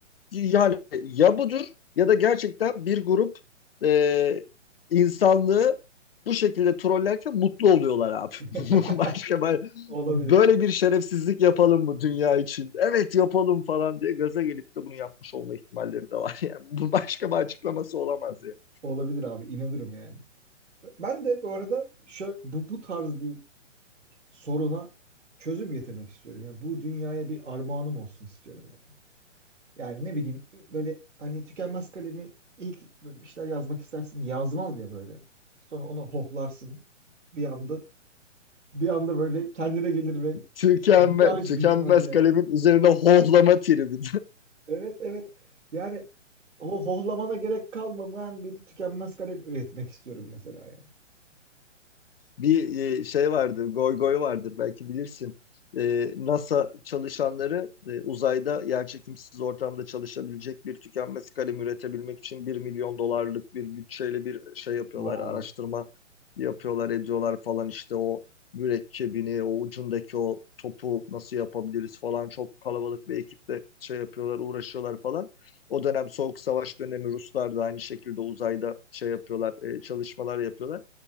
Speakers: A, on the left; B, on the right.
A: yani ya budur ya da gerçekten bir grup e, insanlığı bu şekilde trollerken mutlu oluyorlar abi.
B: <laughs>
A: <laughs> Başka ben-
B: Olabilir.
A: böyle bir şerefsizlik yapalım mı dünya için? Evet yapalım falan diye gaza gelip de bunu yapmış olma ihtimalleri de var. <laughs> Yani bu başka bir açıklaması olamaz ya. yani.
B: Olabilir abi inanırım yani. Ben de bu arada şöyle, bu, bu tarz bir soruna çözüm getirmek istiyorum. Yani bu dünyaya bir armağanım olsun istiyorum yani. Yani ne bileyim böyle hani tükenmez kalemi ilk böyle bir şeyler yazmak istersin yazmaz ya böyle. Sonra onu hohlarsın. Bir anda bir anda böyle kendine gelir ve
A: tükenme,
B: bir daha hiç
A: tükenmez
B: bitmez yani.
A: kalemin üzerine hohlama tribi.
B: Evet evet. Yani o hohlamana gerek kalmayan bir tükenmez kalem üretmek istiyorum mesela yani.
A: bir
B: Bu-
A: e, şey vardır, goy goy vardır belki bilirsin. E, NASA çalışanları e, uzayda yerçekimsiz ortamda çalışabilecek bir tükenmez kalem üretebilmek için bir milyon dolarlık bir bütçeyle bir şey yapıyorlar,
B: Wow.
A: araştırma yapıyorlar, ediyorlar falan işte o mürekkebini, o ucundaki o topu nasıl yapabiliriz falan çok kalabalık bir ekiple şey yapıyorlar, uğraşıyorlar falan. O dönem Soğuk Savaş dönemi Ruslar da aynı şekilde uzayda şey yapıyorlar, e, çalışmalar yapıyorlar.